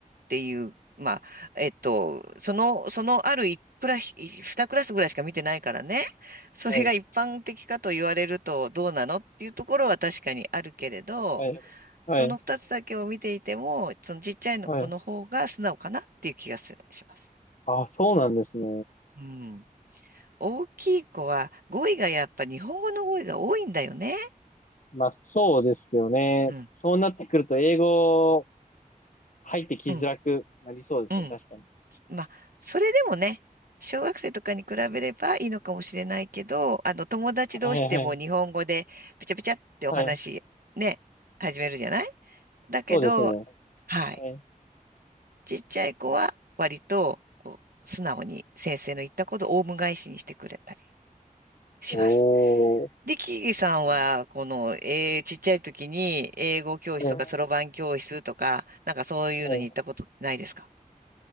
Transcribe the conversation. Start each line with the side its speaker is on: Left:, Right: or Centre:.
Right: ていう、まあ、えっと、その、その、ある一クラス、2クラスぐらいしか見てないからね、それが一般的かと言われるとどうなのっていうところは確かにあるけれど、
Left: はい、はい、
Right: その二つだけを見ていても、そのちっちゃいの子の方が素直かなっていう気がする、
Left: はい。
Right: します。
Left: あ、そうなんですね。
Right: うん。大きい子は語彙がやっぱ日本語の語彙が多いんだよね。
Left: まあ、そうですよね。
Right: うん。
Left: そうなってくると、英語入ってきづらくなりそうですね。
Right: うん。うん。
Left: 確かに。
Right: まあ、それでもね、小学生とかに比べればいいのかもしれないけど、あの、友達同士でも日本語でピチャピチャってお話、
Left: はい、はい、はい。はい、
Right: ね、始めるじゃないだけど、
Left: そうですね。
Right: はい。
Left: はい。
Right: ちっちゃい子は割とこう素直に先生の言ったことをオウム返しにしてくれたりします。
Left: おー。
Right: で、キーさんは、
Left: あは
Right: この、えーちっちゃい時に英語教室とかそろばん教室とか、
Left: い、
Right: なんかそういうのに行ったことないですか
Left: はい。